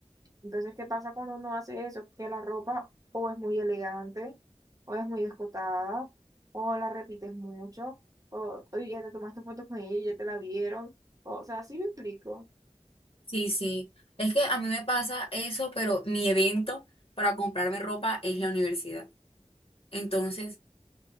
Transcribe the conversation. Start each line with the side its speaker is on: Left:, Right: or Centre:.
Right: Entonces, ¿qué pasa cuando uno hace eso? Que la ropa o es muy elegante, o es muy escotada, o la repites mucho, o, o ya te tomaste fotos con ella y ya te la vieron. O, o sea, sí me explico.
Left: Sí, sí. Es que a mí me pasa eso, pero mi evento para comprarme ropa es la universidad. Entonces,